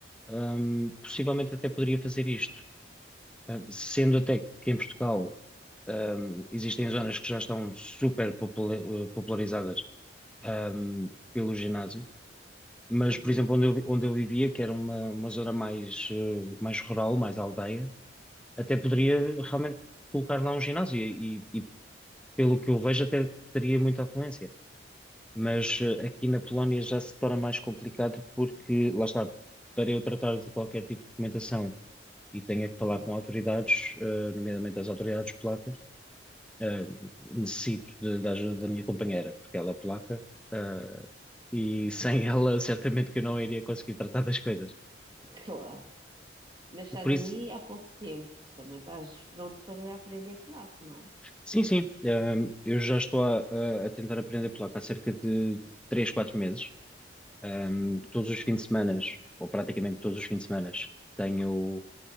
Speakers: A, in the centre; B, on the right (about 25°).
A: um, possivelmente até poderia fazer isto. Uh, Sendo até que em Portugal, um, existem zonas que já estão super popula- uh, popularizadas, um, pelo ginásio. Mas,
B: Uhum,
A: por exemplo, onde eu, vi- onde eu vivia, que era uma, uma zona mais, uh, mais rural, mais aldeia, até poderia realmente colocar lá um ginásio e, e pelo que eu vejo até teria muita afluência. Mas eh, aqui na Polónia já se torna mais complicado porque, lá está, para eu tratar de qualquer tipo de documentação e tenha que falar
B: uhum,
A: com autoridades, eh, nomeadamente as autoridades polacas, eh, necessito de- da ajuda da minha companheira, porque ela é polaca, eh, e sem ela certamente que eu não iria conseguir tratar das coisas.
B: claro. Mas estás
A: Por isso,
B: aí há pouco tempo. Também estás pronto para aprender polaco, não?
A: Sim, sim. Ahm, eu já estou a, a- a tentar aprender polaco há cerca de 3, 4 meses. Ahm,
B: Sim.
A: todos os fins de semana, ou praticamente todos os fins de semana, tenho